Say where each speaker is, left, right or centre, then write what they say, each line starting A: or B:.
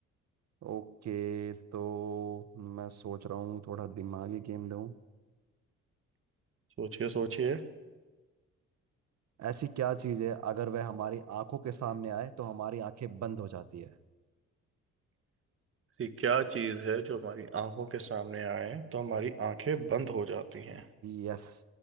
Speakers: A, on the right; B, on the right.
A: ओके तो मैं सोच रहा हूँ थोड़ा दिमागी गेम दूँ
B: सोचिए सोचिए
A: ऐसी क्या चीज़ है अगर वह हमारी आंखों के सामने आए तो हमारी आंखें बंद हो जाती है
B: ऐसी क्या चीज है जो हमारी आंखों के सामने आए तो हमारी आंखें बंद हो जाती हैं
A: यस